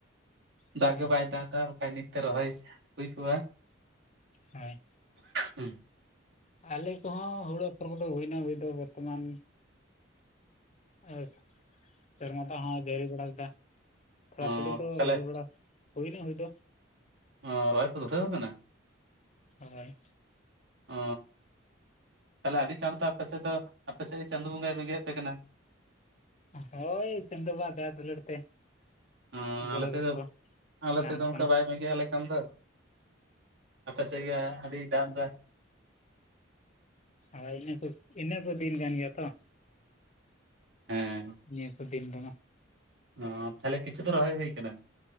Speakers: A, on the right (about 65°); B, on the left (about 35°).
A: ᱫᱟᱜ
B: ᱟᱪᱪᱷᱟ
A: ᱜᱮ ᱵᱟᱭ ᱫᱟᱜ ᱮᱫᱟ ᱵᱟᱠᱷᱟᱡ ᱱᱤᱛ ᱛᱮ ᱨᱚᱦᱚᱭ ᱦᱩᱭ ᱠᱚᱜᱼᱟ
B: ᱦᱳᱭ
A: ᱦᱩᱸ
B: ᱟᱞᱮ ᱠᱚᱦᱚᱸ ᱦᱩᱲᱩ ᱟᱯᱷᱚᱨ ᱠᱚᱫᱚ ᱦᱩᱭᱱᱟ ᱦᱩᱭ ᱫᱚ ᱵᱚᱨᱛᱚᱢᱟᱱ ᱟᱨ ᱥᱮᱨᱢᱟ ᱫᱟᱜ ᱦᱚᱸ ᱡᱷᱟᱹᱲᱤ ᱵᱟᱲᱟ ᱠᱮᱫᱟ
A: ᱟᱨ
B: ᱛᱷᱚᱲᱟ ᱛᱷᱚᱲᱤ ᱫᱚ
A: ᱛᱟᱦᱚᱞᱮ
B: ᱨᱚᱦᱚᱭ ᱵᱟᱲᱟ ᱦᱩᱭᱱᱟ ᱦᱩᱭ ᱫᱚ
A: ᱚ ᱨᱚᱦᱚᱭ ᱠᱚᱫᱚ ᱩᱴᱷᱟᱹᱣ ᱠᱟᱱᱟ
B: ᱦᱳᱭ
A: ᱚ ᱛᱟᱦᱚᱞᱮ ᱟᱹᱰᱤ ᱪᱟᱬ ᱪᱟᱬ ᱟᱯᱮ ᱥᱮᱫ ᱫᱚ ᱟᱯᱮ ᱥᱮᱫ ᱫᱚ ᱪᱟᱸᱫᱳ ᱵᱚᱸᱜᱟᱭ ᱵᱮᱸᱜᱮᱫ ᱟᱯᱮ ᱠᱟᱱᱟ
B: ᱦᱳᱭ ᱪᱟᱸᱫᱳᱣᱟᱜ ᱫᱟᱭᱟ ᱫᱩᱞᱟᱹᱲ ᱛᱮ
A: ᱦᱩᱸ
B: ᱜᱚᱲᱚ
A: ᱟᱞᱮ ᱥᱮᱫ
B: ᱜᱚᱯᱚ
A: ᱫᱚ ᱟᱞᱮ
B: ᱧᱟᱢᱚᱜ
A: ᱥᱮᱫ ᱫᱚ ᱚᱱᱠᱟ
B: ᱠᱟᱱᱟ
A: ᱵᱟᱭ ᱵᱮᱸᱜᱮᱫ ᱟᱞᱮ ᱠᱟᱱᱫᱚ ᱟᱯᱮ ᱥᱮᱫ ᱜᱮ ᱟᱹᱰᱤ ᱫᱟᱜ ᱫᱟᱭ
B: ᱟᱨ ᱤᱱᱟᱹ ᱠᱚ ᱤᱱᱟᱹ ᱠᱚ ᱫᱤᱱ ᱠᱟᱱ ᱜᱮᱭᱟ ᱛᱚ
A: ᱦᱮᱸ
B: ᱱᱤᱭᱟᱹ ᱠᱚ ᱫᱤᱱ ᱨᱮᱢᱟ
A: ᱚ ᱛᱟᱦᱞᱮ ᱠᱤᱪᱷᱩ ᱫᱚ ᱨᱚᱦᱚᱭ ᱦᱩᱭ ᱠᱟᱱᱟ